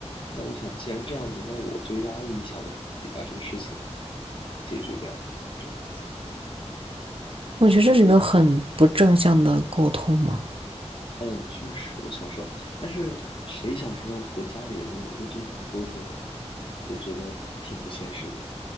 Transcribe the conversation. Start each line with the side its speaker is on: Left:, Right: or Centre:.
Left: 那我想，既然这样子，那我就压抑一下我自己，把这个事情解决掉，这样子。
Right: 我觉得这是一个很不正向的沟通嘛。
Left: 嗯，确实，我小时候，但是谁小时候和家里人能有一个正常的沟通呢？我觉得挺不现实的。